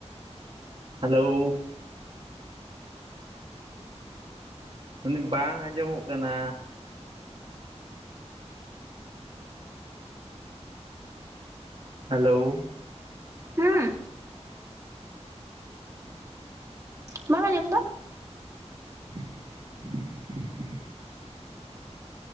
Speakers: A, on the right (about 45°); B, on the right (about 25°).
A: ᱦᱮᱞᱳ᱾ ᱢᱮᱱᱫᱟᱹᱧ ᱵᱟᱝ ᱟᱸᱡᱚᱢᱚᱜ ᱠᱟᱱᱟ? ᱦᱮᱞᱳ᱾
B: ᱦᱩᱸ ᱵᱟᱢ ᱟᱸᱡᱚᱢ ᱫᱟ?
A: <inaudible>